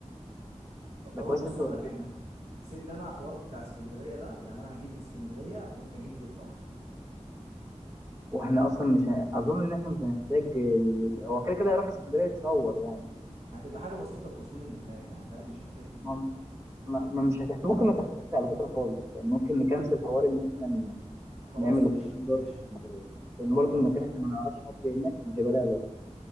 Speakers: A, on the right (about 70°); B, on the right (about 25°).
A: طب خلاص
B: ده كويس
A: بص
B: انت
A: اقول
B: قلت
A: لك
B: لي
A: انا سيب لنا حوار بتاع اسكندريه ده يعني انا هجيب لي اسكندريه وانت جيب لي الفرح
B: واحنا اصلا مش هن... اظن ان احنا مش هنحتاج ال... هو كده كده هيروح اسكندريه يتصور يعني
A: هتبقى حاجه بسيطه التصوير اللي هناك يعني فاهم مش هنحتاج كتير
B: ما مش ما ما- مش هتحت... ممكن
A: انا
B: ما تحتاجش على فكره خالص يعني ممكن نكنسل حوار ان احنا ن...
A: خلاص
B: نعمل
A: ماشي
B: الكلام ده
A: ماشي
B: في اسكندريه لان
A: اه
B: برضه المكان احنا
A: اه
B: ما نعرفش حد هناك مش هيبقى لها لازمه